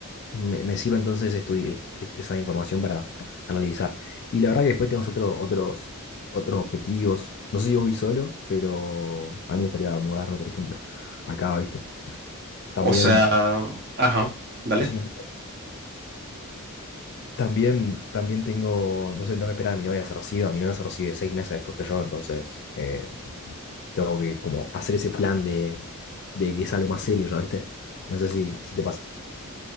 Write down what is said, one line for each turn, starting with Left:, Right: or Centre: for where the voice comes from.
Left: Me, me sirve entonces estudi- est- esa información para analizar. Y la verdad que después tenemos otro- otros, otros objetivos. No sé si vos vi solo, pero a mí me gustaría mudarme, por ejemplo, acá, ¿viste? También,
Right: O sea, ajá, dale.
Left: decime, también, también tengo, no sé, tengo que esperar a mi novia que se reciba. Mi novia se recibe seis meses después que yo, entonces eh, tengo que como hacer ese plan de, de que es algo más serio, ¿ya viste? No sé si, si te pasa.